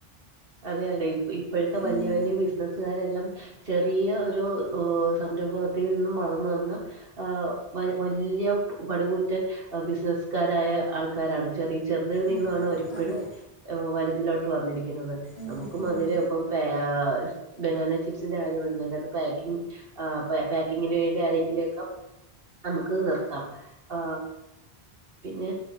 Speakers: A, on the right (about 65°); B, on the left (about 80°).
A: അതെ അതെ ഇ ഇപ്പഴ്ത്തെ വല്ല്യ
B: ഉം,
A: വല്ല്യ ബിസ്നസ് സ്കാരെല്ലാം ചെറിയ ഒരൂ ഏഹ് സംരംഭവത്തീ നിന്നും വളർന്ന് വന്ന ആഹ് വ വല്ല്യ പട്കൂറ്റൻ ബിസിനസ്കാരായ ആൾക്കാരാണ് ചെറി ചെർതിൽ നിന്നുവാണവരിപ്പഴും
B: ഉം, അതെ
A: വല്തിലോട്ട് വന്നിരിക്കുന്നത്
B: ഉം,
A: നമുക്കും
B: ഉം.
A: അതിരെ ഒപ്പം ബാ ബെനാന ചിപ്സിന്റെ കാര്യം പർഞ്ഞയിഞ്ഞാത് പാക്കിങ് ആ പാ പാക്കിങ്ങിന് വേണ്ടി ആരെങ്കിലൊക്കെ നമുക്ക് നിർത്താം ആ പിന്നെ